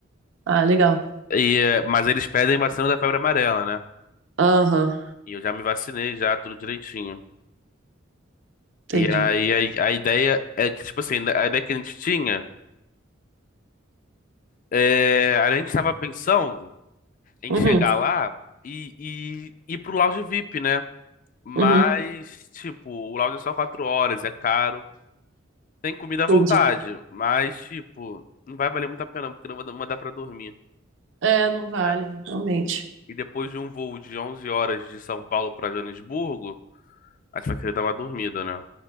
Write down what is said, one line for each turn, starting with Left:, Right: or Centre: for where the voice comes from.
Right: Ah, legal.
Left: E, é, mas eles pedem vacina da febre amarela, né?
Right: Aham,
Left: E eu já me vacinei, já, tudo direitinho.
Right: entendi.
Left: E aí a, a ideia é que, tipo assim, a ideia que a gente tinha, é, a gente estava pensando em
Right: Uhum,
Left: chegar lá e, e ir pro lounge VIP, né? Mas,
Right: uhum,
Left: tipo, o lounge é só quatro horas, é caro. Tem comida à vontade,
Right: entendi.
Left: mas, tipo, não vai valer muito a pena, porque não vai mandar pra dormir.
Right: É, não vale,
Left: né?
Right: realmente.
Left: E depois de um voo de 11 horas de São Paulo pra Joanesburgo, a gente vai querer dar uma dormida, né?